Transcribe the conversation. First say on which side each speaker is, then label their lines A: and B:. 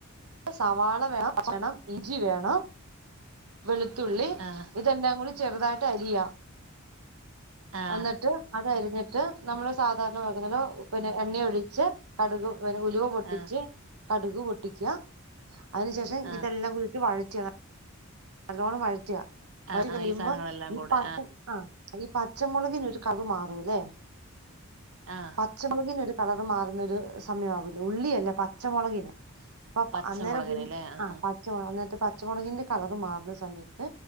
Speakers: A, on the right; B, on the right.
A: സവാള വേണം വേണം ഇഞ്ചി വേണം വെളുത്തുള്ളി
B: ആഹ്
A: ഇതെല്ലാം കൂടി ചെറുതായിട്ട് അരിയാ
B: ആഹ്
A: എന്നിട്ട് അതരിഞ്ഞിട്ട് നമ്മള് സാധാരണ വക്കുന്നല്ലോ പിന്നെ എണ്ണയ ഒഴിച്ച് കടുക ഉലുവ പൊട്ടിച്ച്
B: ആഹ്
A: കടുക് പൊട്ടിക്ക അതിനന് ശേഷം
B: ആഹ്
A: ഇതെല്ലാം കൂടിട്ട് വഴറ്റി നല്ലോണ്ണം വഴറ്റ വയറ്റി
B: ആഹ്
A: കഴിയുമ്പോ
B: ആഹ് ഈ സാധനങ്ങളെല്ലാം
A: ഈ
B: കൂടെ
A: പാട്ടം ആഹ് ഈ പച്ചമുളകിന് ഒരു കളറു മാറുംല്ലേ
B: ആഹ്
A: പച്ചമുളകിന് ഒരു കളർ മാറുന്നൊരു സമയംവില്ലേ ഉള്ളിയല്ലേ പച്ചമുളകിന് അപ്പൊ
B: പച്ചമുളകിനില്ലേ
A: അന്നേര ഒര്
B: ആഹ്
A: ആ
B: ആഹ്
A: പച്ചമുളക് അന്നേരത്തെ പച്ചമുളകിന്റെ കളർ മാറുന്ന സമയത്ത്